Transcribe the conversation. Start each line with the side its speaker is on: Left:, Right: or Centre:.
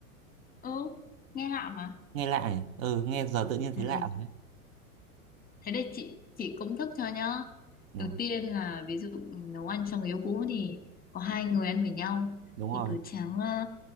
Left: ừ nghe lạ mà
Right: Nghe lạ nhỉ? Ừ, nghe giờ tự nhiên
Left: Ừm,
Right: thấy lạ rồi đấy.
Left: thế đây chị chị công thức cho nhá
Right: Rồi,
Left: đầu tiên là ví dụ nấu ăn cho người yêu cũ thì có hai người ăn với nhau
Right: đúng rồi,
Left: thì cứ tráng ờ,